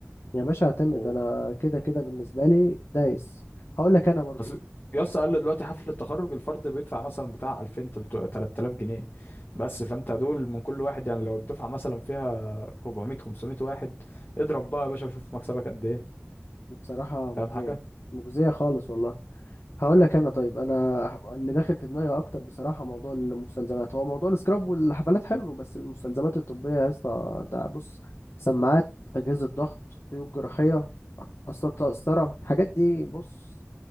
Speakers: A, on the left; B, on the left.
A: يا باشا اعتمد
B: و...
A: انا كده كده بالنسبة لي دايس هقول لك انا برضو
B: اصل يا اسطى قال لي دلوقتي حفلة التخرج الفرد بيدفع مثلا بتاع 2000 تلت- 3000 جنيه بس فانت دول من كل واحد يعني لو الدفعة مثلا فيها 400 500 واحد اضرب بقى يا باشا وشوف مكسبك قد ايه
A: بصراحة مجزية
B: فاهم حاجه
A: مجزية خالص والله هقول لك انا طيب انا اللي داخل في دماغي اكتر بصراحه موضوع المستلزمات هو موضوع السكراب والحفلات حلو بس المستلزمات الطبيه يا اسطى انت بص سماعات اجهزه ضغط خيوط جراحيه اصلا قسطره الحاجات دي بص